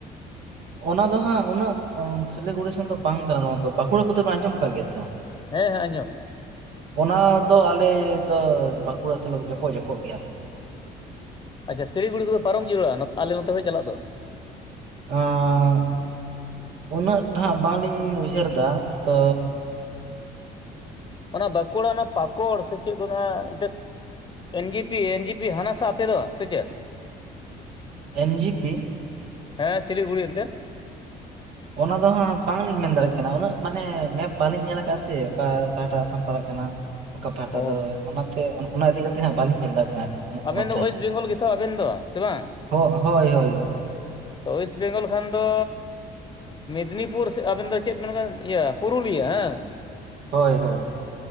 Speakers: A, on the right; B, on the left.
A: ᱚᱱᱟ ᱫᱚ ᱦᱟᱸᱜ ᱩᱱᱟᱹᱜ ᱥᱤᱞᱜᱩᱲᱤ ᱥᱮᱱ ᱫᱚ ᱵᱟᱝ ᱠᱟᱱᱟ ᱱᱚᱣᱟ ᱫᱚ ᱵᱟᱸᱠᱩᱲᱟ ᱠᱚᱫᱚᱯᱮ ᱟᱸᱢᱚᱢ ᱟᱠᱟᱫ ᱜᱮᱭᱟ ᱛᱚ?
B: ᱦᱮᱸ ᱦᱮᱸ ᱟᱸᱡᱚᱢ᱾
A: ᱚᱱᱟ ᱫᱚ ᱟᱞᱮ ᱫᱚ ᱵᱟᱸᱠᱩᱲᱟ ᱥᱟᱞᱟᱜ ᱫᱚ ᱡᱷᱚᱯᱚᱜ ᱡᱷᱚᱯᱚᱜ ᱜᱮᱭᱟᱞᱮ᱾
B: ᱟᱪᱪᱷᱟ ᱥᱤᱞᱤᱜᱩᱲᱤ ᱠᱚᱫᱚ ᱯᱟᱨᱚᱢ ᱡᱚᱲᱩᱲᱟ ᱟᱞᱮ ᱱᱚᱛᱮ ᱠᱷᱚᱡ ᱪᱟᱞᱟᱜ ᱫᱚ?
A: ᱦᱟᱸ ᱩᱱᱟᱹᱜ ᱦᱟᱸᱜ ᱵᱟᱝᱞᱤᱧ ᱩᱭᱦᱟᱹᱨ ᱫᱟ, ᱛᱚ
B: ᱚᱱᱟ ᱵᱟᱸᱠᱩᱲᱟ ᱚᱱᱟ ᱯᱟᱠᱚᱲ ᱥᱮ ᱪᱮᱫ ᱠᱚ ᱢᱮᱛᱟᱜᱼᱟ ᱮᱱᱛᱮᱫ? N G P N G P ᱦᱟᱸᱱᱟ ᱥᱟᱜ ᱟᱯᱮ ᱫᱚ ᱥᱮ ᱪᱮᱫ?
A: ᱮᱱ ᱡᱤ ᱯᱤ?
B: ᱦᱮᱸ ᱥᱤᱞᱤᱜᱩᱲᱤ ᱮᱱᱛᱮ?
A: ᱚᱱᱟ ᱫᱚ ᱦᱟᱸᱜ ᱵᱟᱝᱞᱤᱧ ᱢᱮᱱ ᱫᱟᱲᱮᱜ ᱠᱟᱱᱟ ᱩᱱᱟᱹᱜ ᱢᱟᱱᱮ ᱢᱮᱯ ᱵᱟᱞᱤᱧ ᱧᱮᱞ ᱠᱟᱜᱼᱟ ᱥᱮ ᱚᱠᱟ ᱯᱟᱦᱴᱟ ᱟᱥᱟᱢ ᱯᱟᱲᱟᱜ ᱠᱟᱱᱟ, ᱚᱠᱟ ᱯᱟᱦᱟᱴᱟ
B: ᱚ
A: ᱫᱚ ᱚᱱᱟᱛᱮ ᱚᱱᱟ ᱤᱫᱤ ᱠᱟᱛᱮᱜ ᱦᱟᱸᱜ ᱵᱟᱹᱞᱤᱧ ᱢᱮᱱ ᱫᱟᱲᱭᱟᱜ ᱠᱟᱱᱟ᱾ ᱩᱱᱟᱹᱜ
B: ᱟᱵᱮᱱ
A: ᱢᱚᱸᱡᱽ
B: ᱫᱚ ᱳᱭᱮᱥᱴ ᱵᱮᱝᱜᱚᱞ ᱜᱮᱛᱷᱚ ᱟᱵᱮᱱ ᱫᱚ ᱥᱮ ᱵᱟᱝ?
A: ᱦᱚᱜ ᱦᱳᱭ ᱦᱳᱭ ᱦᱳᱭ᱾
B: ᱛᱚ ᱚᱭᱮᱥᱴ ᱵᱮᱝᱜᱚᱞ ᱠᱷᱟᱱ ᱫᱚ ᱢᱮᱫᱽᱱᱤᱯᱩᱨ ᱥᱮ ᱟᱵᱮᱱ ᱫᱚ ᱪᱮᱫ ᱵᱮᱱ ᱤᱭᱟᱹ ᱯᱩᱨᱩᱞᱤᱭᱟᱹ ᱦᱮᱸ?
A: ᱦᱳᱭ ᱦᱳᱭ᱾